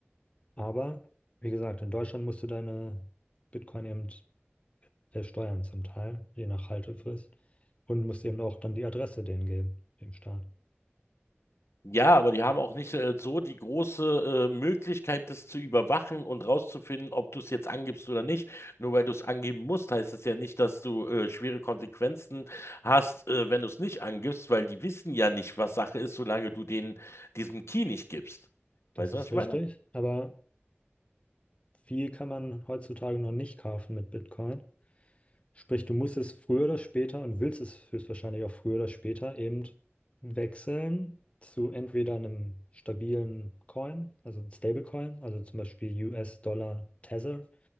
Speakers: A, on the left; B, on the left.
A: aber wie gesagt, in Deutschland musst du deine Bitcoin eben versteuern zum Teil, je nach Haltefrist, und musst eben auch dann die Adresse denen geben, dem Staat.
B: Ja, aber die haben auch nicht äh, so die große äh, Möglichkeit, das zu überwachen und rauszufinden, ob du es jetzt angibst oder nicht. Nur weil du es angeben musst, heißt es ja nicht, dass du äh, schwere Konsequenzen hast, äh, wenn du es nicht angibst, weil die wissen ja nicht, was Sache ist, solange du denen diesen Key nicht gibst.
A: Das
B: Weißt
A: ist
B: du, was ich
A: richtig,
B: meine?
A: aber viel kann man heutzutage noch nicht kaufen mit Bitcoin. Sprich, du musst es früher oder später und willst es höchstwahrscheinlich auch früher oder später eben wechseln zu entweder einem stabilen Coin, also einem Stablecoin, also zum Beispiel US-Dollar Tether